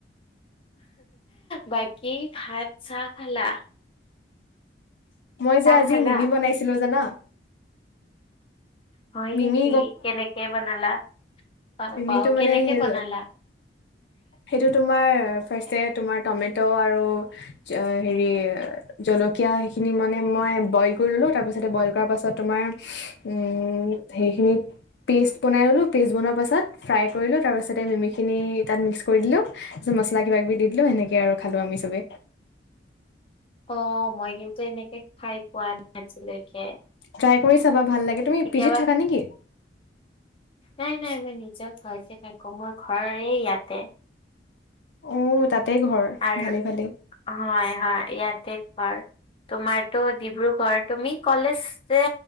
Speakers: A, on the left (about 30°); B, on the left (about 70°).
A: বাকী ভাত চাহ খালা?
B: মই
A: চাহ
B: যে আজি
A: খালা?
B: মিমি বনাইছিলো জানা
A: হয়
B: মিমি
A: নেকি কেনেকে বনালা? গম
B: মিমিটো
A: পাও,
B: মানে
A: কেনেকে
B: সেই
A: বনালা?
B: সেইটো তোমাৰা ফা ৰ্ষ্টে তোমাৰ টমেট' আৰু হেৰি জলকীয়া সেইখিনি মানে মই বইল কৰি ললো তাৰ পিছতে বইল কৰাৰ পাছত তোমাৰ উম সেইখিনিত পেষ্ট বনাই ললো পেষ্ট বনোৱা পাছত ফ্ৰাই কৰিলো তাৰপিছতে মিমি খিনি তাত মিক্স কৰি দিলো তাৰপিছত মছলা কিবা কিবি দি দিলো সেনেকে আৰু খালো আমি চবে।
A: অঁ মই কিন্তু এনেকে খাই পোৱা নাই আজিলৈকে।
B: ট্ৰাই কৰি চাবা ভাল লাগে। তুমি
A: কেতিয়াবা
B: পিজিত থাকা নেকি?
A: নাই নাই মই নিজৰ ঘৰতে থাকো মোৰ ঘৰ এই ইয়াতে।
B: অঁ তাতে ঘৰ?
A: আৰু
B: ভালে ভালে
A: হয় হয় ইয়াতে ঘৰ। তোমাৰটো ডিব্ৰুগড় তুমি কলেজ যে